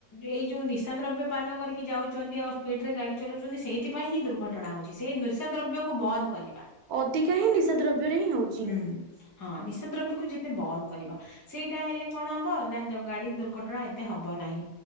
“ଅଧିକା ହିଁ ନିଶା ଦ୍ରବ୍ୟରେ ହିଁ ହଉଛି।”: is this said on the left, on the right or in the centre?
Right